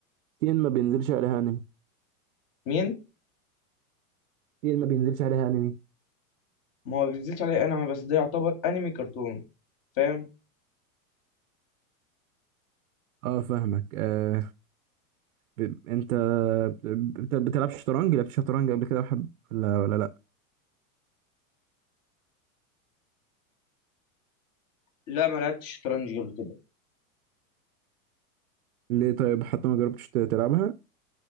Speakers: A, on the right; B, on the left.
A: سين ما بينزلش عليها انمي
B: مين
A: سين ما بينزلش عليها انمي
B: ما هو بينزلش عليه انا بس ده يعتبر انمي كرتون فاهم
A: اه فاهمك آه ب... انت بت... بتلعب شطرنج لعبت شطرنج قبل كده وحب ولا ولا لا
B: لا ما لعبتش شطرنج قبل كده
A: ليه طيب حتى ما جربتش ت- تلعبها